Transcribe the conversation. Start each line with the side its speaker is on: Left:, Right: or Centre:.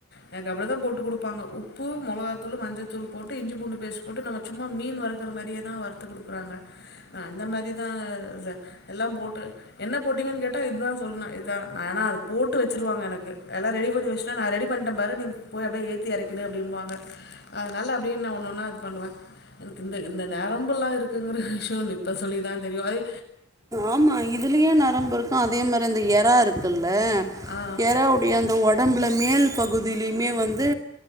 Left: எனக்கு அப்டி தா போட்டு குடுப்பாங்க உப்பு மொளகாத்தூளு மஞ்சத்தூளு போட்டு இஞ்சி பூண்டு பேஸ்ட் போட்டு நம்ம சும்மா மீன் வறுக்குற மாரியே தா வறுத்து குடுக்றாங்க அந்த மாரிதா ச எல்லா போட்டு போட்டிங்கன்னு கேட்டா இதுதா சொன்ன இதுதா நா ஆனா அது போட்டு வச்சுருவாங்க எனக்கு எல்லா ரெடிபண்ணி வச்சுட்டா நா ரெடி பண்ணிட்டே பாரு நீ போய் அப்டியே ஏத்தி எறக்கிடு அப்டிம்பாங்க அதனால அப்டின்னு நா ஒன்னொன்னா இது பண்ணுவே எனக்கு இந்த இந்த நெரம்புல்லா இருக்குங்கிற விஷியோ இப்போ சொல்லிதா தெரியு அதே
Right: ஆமா இதுலயே நரம்பு இருக் கு அதே மாரி அந்த எறா இருக்குல்ல
Left: ஆ
Right: எறாவுடைய அந்த ஒ டம்புல மேல் பகுதியிலியுமே வந்து